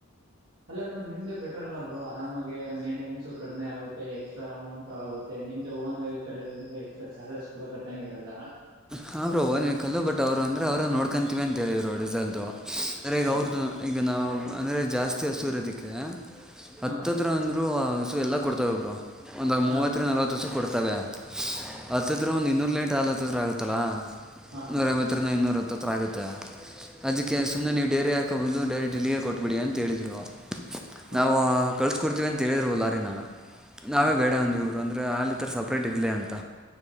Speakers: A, on the right; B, in the centre.
A: ಅಲ್ಲ ಬ್ರೋ ನಿಮ್ದೇ ಬೆಟಾರಲ್ಲ ಬ್ರೋ ತಮಗೆ ಮೈಂಟೆನೆನ್ಸು ಕಡಿಮೆ ಆುತ್ತೆ ಎಕ್ಸ್ಟ್ರಾ ಅಮೌಂಟ್ ಆಗುತ್ತೆ ನಿಮ್ದೆ ಓನ್ ವೆಹಕ್ಲ್ಲಿ ಇರದ್ರಿಂದ ಎಸ್ಟಾ ಚಾರ್ಸ್ ಕೂಡ ಕಟ್ಟಂಗ ಇರಲ್ಲ
B: ಹಾ ಬ್ರೋ ಓನ್ ವೇಕಲ್ಲ ಬಟ್ ಅವರುಂದ್ರೆ ಅವ್ರ ನೋಡ್ಕೊಂತೀವಿ ಅಂತ ಹೇಳಿದ್ರು ರಿಸಲ್ಟ್ ಅ್ರ ಈಗ
A: ಹಾಂ
B: ಅವ್ರದು ಈಗ ನಾವು ಅಂದ್ರೆ ಜಾಸ್ತಿ ಹಸೂರದಿಕ್ಕೆ ಹತ್ತತ್ರಂದ
A: ಹಾಂ
B: ಇ ಹಸು ಎಲ್ಲಾ ಕೊಡ್ತವೆ ಒಬ್ರು ಒಂದ
A: ಹಾಂ
B: ಮೂವತ್ತ ನಲ್ವತ್ತು ಹಸು ಕೊಡ್ತವೆ ಹತ್ತತ್ರ ಒಂದಂದು ಇನ್ನೂರು ಲೇಟ್ ಆಲತ್ತತ್ರ ಆಗುತ್ತಲ್ಲಾ
A: ಹಾಂ ಹಾಂ ಹಾಂ
B: ನೂರ
A: ಹಾಂ
B: ಐವತ್ತರಂದ ಇನ್ನೂರ ಹತ್ತ ಹತ್ರರ ಆಗುತ್ತೆ ಅದಕ್ಕೆ
A: ಹ್ಞೂ
B: ಸುಮ್ಮನೆ ನೀವು ಡೈರಿ ಹಾಕೋಬೋದು ಡೈರಿ ಡಿಲರ್ ಕೊಟ್ಬಿಡಿ ಅಂತ ಹೇಳ್ರು
A: ಹಾಂ
B: ನಾವು ಕಳ್ಸ್ಕೊಡ್ತೀವಿ ಅಂತೇಳಿದ್ರುವಲ್ಲಾರಿ ನಾನು ನಾವೇ
A: ಹಾಂ
B: ಬೇಡ ಅಂದ ಅಂದ್ರೆ ಅಲ್ಲಿ ತರ ಸಪ್ರೇಟ್ ಇರ್ಲಿ ಅಂತ